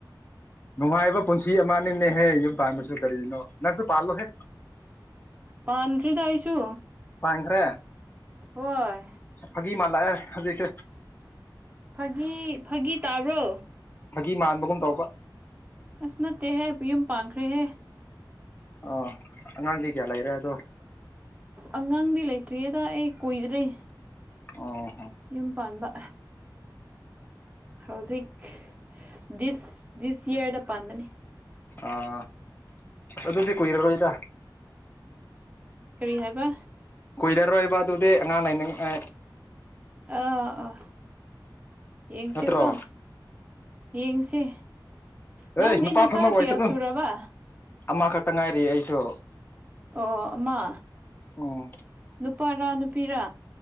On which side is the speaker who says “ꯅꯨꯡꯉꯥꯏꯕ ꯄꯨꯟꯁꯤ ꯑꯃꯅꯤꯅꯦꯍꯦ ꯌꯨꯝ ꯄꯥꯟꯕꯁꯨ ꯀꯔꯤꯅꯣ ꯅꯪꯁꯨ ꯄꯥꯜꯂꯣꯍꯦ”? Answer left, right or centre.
Left